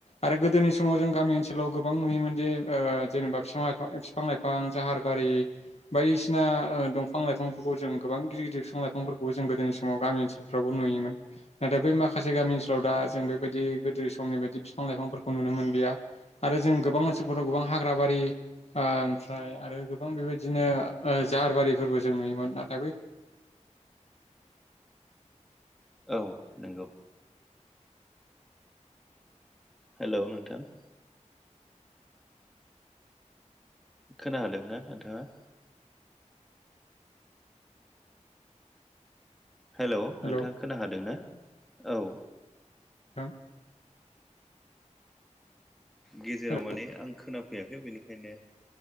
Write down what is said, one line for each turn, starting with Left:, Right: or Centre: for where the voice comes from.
Left: आरो गोदोनि समाव जों गामि ओनसोलाव गोबां नुयोमोन जे ओ जेनेबा फिफां लाइफां फिफां लाइफां जाहारबारि बायदिसिना ओ दंफां लाइफांफोरजों गोबां गिदिर गिदिर फिफां लाइफांफोरखौ जों गोदोनि समाव गामि फ्रावबो नुयोमोन नाथाय बै माखासे गामि ओनसोलाव दा जों बेबायदि गोदो समनि बायदि फिफां लाइफांफोरखौ नुनो मोनलिया। आरो जों गोबां ओनसोलफोराव गोबां हाग्रा बारि आ आमफ्राय आरो गोबां बेबायदिनो ओ जाहार बारिफोरबो जों नुयोमोन नाथाय बै
Centre: औ नोंगौ। हेलौ नोंथां। खोनादों ना नोंथाङा? हेल' नोंथाङा
Left: हेलौ
Centre: खोनाखादोंना औ
Left: थां
Centre: गेजेराव
Left: हेलौ
Centre: माने आं खोनाफैयाखै बिनिखायनो